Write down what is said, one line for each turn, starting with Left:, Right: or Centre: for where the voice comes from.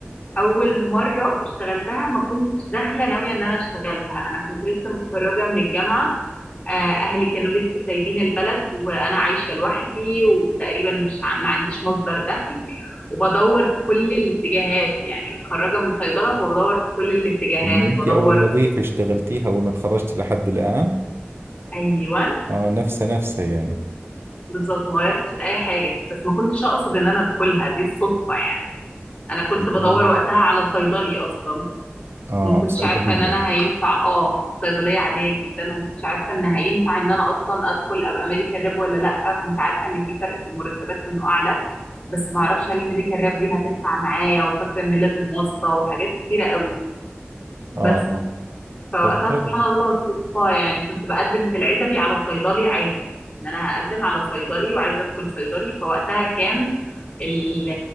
Left: اول مره اشتغلتها ما كنتش داخله ناويه ان انا اشتغلها انا كنت لسه متخرجه من الجامعه آه، اهلي كانوا لسه سايبين البلد وانا عايشه لوحدي وتقريبا مش ع- ما عنديش مصدر دخل وبدور في كل الاتجاهات يعني متخرجه من صيدله فبدور في كل الاتجاهات
Right: يعني أنت
Left: بدور
Right: أول وظيفة اشتغلتيها أول ما تخرجتي لحد الآن
Left: ايوه
Right: آه نفسها نفسها يعني
Left: بالظبط ما غيرتش اي حاجه بس ما كنتش اقصد ان انا ادخلها دي الصدفه يعني انا كنت بدور
Right: آه
Left: وقتها على صيدلي اصلا
Right: آه،
Left: وما كنتش
Right: بصيدلية
Left: عارفه ان انا هينفع اه صيدليه عاديه جدا وما كنتش عارفه ان هينفع ان انا اصلا ادخل ابقى ميديكال راب ولا لا كنت عارفه ان في فرق في المرتبات وانه اعلى بس ما اعرفش هل الميديكال راب دي هتنفع معايا وفاكره ان لازم واسطه وحاجات كتيره قوي
Right: آه
Left: بس
Right: آه
Left: فوقتها
Right: طب حلو
Left: سبحان الله صدفة يعني كنت بقدم في العزبي على صيدلي عادي ان انا هقدم على صيدلي وعايزة ادخل صيدلي فوقتها كان ال-